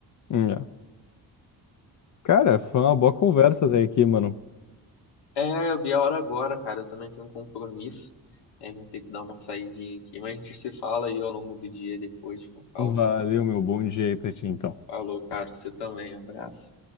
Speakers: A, on the left; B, on the left.
A: Hum, é. Cara, foi uma boa conversa até aqui, mano.
B: É, eu vi a hora agora, cara. Eu também tenho um compromisso. É, vou ter que dar uma saidinha aqui. Mas a gente se fala aí ao longo do dia depois, com calma.
A: Valeu, meu bom dia aí pra ti, então.
B: Falou, cara. Você também. um Abraço.